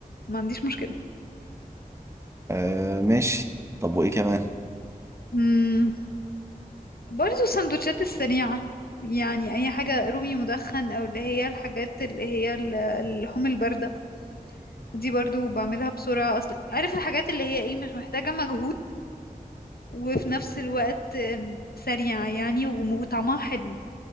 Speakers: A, on the left (about 85°); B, on the right (about 20°).
A: ما عنديش مشكلة
B: أه ماشي طب وإيه كمان؟
A: مم. برضو السندوتشات السريعة يعني أي حاجة رومي مدخن أو اللي هي الحاجات اللي هي ال- اللحوم الباردة دي برضو بعملها بسرعة أصل عارف الحاجات اللي هي إيه مش محتاجة مجهود وفي نفس الوقت آم، سريعة يعني وم- وطعمها حلو